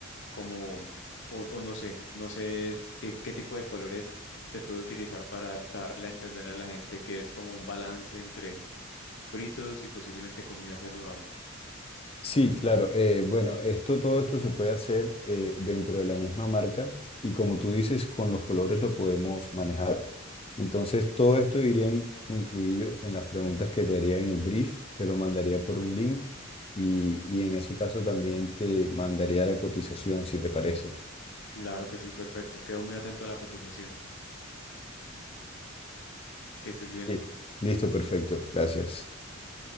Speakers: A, on the left; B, on the left.
A: como, o, o no sé, no sé es qué, qué tipo de colores se puede utilizar para darle a entender a la gente que es como un balance entre fritos y posiblemente comida saludable.
B: Sí, claro. eh, bueno, esto, todo esto se puede hacer eh, dentro de la misma marca y como tú dices, con los colores lo podemos manejar. Entonces, todo esto iría in- incluido en las preguntas que te haría en el brief, te lo mandaría por un link y, y en ese caso también te mandaría la cotización, si te parece.
A: Claro que sí, perfecto. Quedo muy atento a la cotización. Que estés bien.
B: Sí. Listo, perfecto. Gracias.
A: Salud.